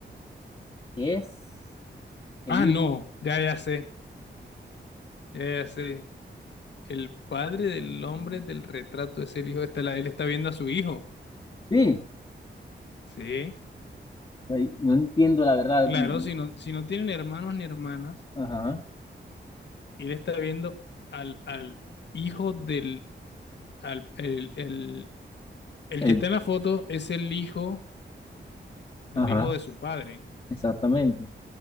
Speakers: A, on the left; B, on the left.
A: es el
B: Ah,
A: hijo.
B: no, ya, ya sé, ya, ya sé. El padre del hombre del retrato es el hijo, está la- él está viendo a su hijo.
A: Sí,
B: Sí,
A: ahí no entiendo la verdad.
B: claro,
A: mm,
B: si no, si no tienen hermanos ni hermanas,
A: Ajá,
B: él está viendo al, al hijo del, al, el, el, el
A: ahí-
B: que está en la foto es el hijo del
A: ajá,
B: hijo de su padre.
A: exactamente.